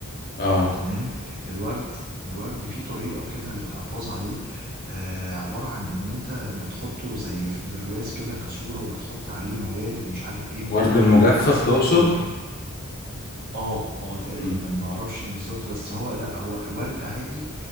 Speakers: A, on the left (about 45°); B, on the right (about 45°).
A: اه
B: تمام الورد الورد فيه طريقة كده للحفاظ عليه آه عبارة عن ان انت بتحطه زي في برواز كده كصورة وبتحط عليه مواد ومش عارف ايه وكده
A: ورد المجفف
B: بحيث ان
A: تقصد
B: انت لو جه اه اه تقريبا
A: امم
B: ما اعرفش بالظبط بس هو لا هو ورد عادي